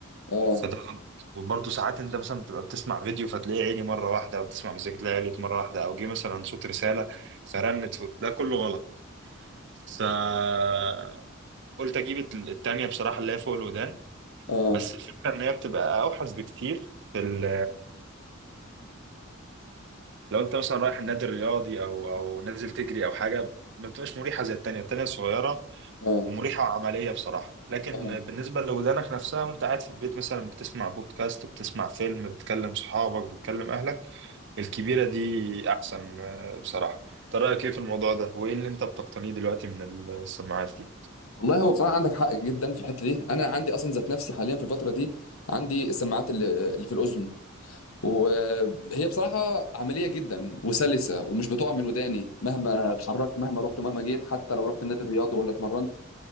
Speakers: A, on the left (about 80°); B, on the right (about 55°).
A: اه
B: فده غلط وبرضه ساعات انت مثلا بتبقى بتسمع فيديو فتلاقيه عالي مره واحده او بتسمع مزيكا تلاقيه عالي مره واحده او جه مثلا صوت رساله فرنت فوق. ده كله غلط فقلت اجيب الت- التانيه بصراحه اللي هي فوق الودان
A: اه
B: بس الفكره ان هي بتبقى اوحش بكتير في ال لو انت مثلا رايح النادي الرياضي او او نازل تجري او حاجه ما بتبقاش مريحه زي التانيه التانيه صغيره
A: اه
B: ومريحة وعملية بصراحة لكن
A: اه
B: بالنسبة لودانك نفسها وانت قاعد في البيت مثلا بتسمع بودكاست بتسمع فيلم بتكلم صحابك بتكلم اهلك الكبيرة دي احسن آه، بصراحة انت رأيك ايه في الموضوع ده وايه اللي انت بتقتنيه دلوقتي من السماعات دي
A: والله هو بصراحه عندك حق جدا في الحته دي انا عندي اصلا ذات نفسي حاليا في الفتره دي عندي السماعات اللي اللي في الاذن وهي بصراحه عمليه جدا وسلسه ومش بتقع من وداني مهما اتحركت مهما رحت ومهما جيت حتى لو رحت النادي الرياضي ولا اتمرنت